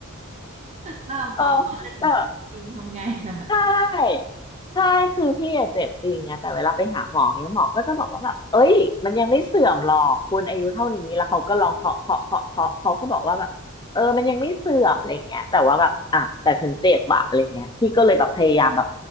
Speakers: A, on the right (about 30°); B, on the left (about 20°).
A: หน้าหมอแต่จ
B: เออแต่
A: ริงๆทำไงอะ
B: ใช่ใช่คือพี่อะเจ็บจริงไงแต่เวลาไปหาหมอเนี้ยหมอก็จะบอกว่าแบบเอ้ยมันยังไม่เสื่อมหรอกคุณอายุเท่านี้แล้วเขาก็ลองเคาะเคาะเคาะเคาะเขาก็บอกว่าแบบเออมันยังไม่เสื่อมอะไรเงี้ยแต่ว่าแบบอ่ะแต่ฉันเจ็บอะอะไรเงี้ยพี่ก็เลยแบบพยายามแบบ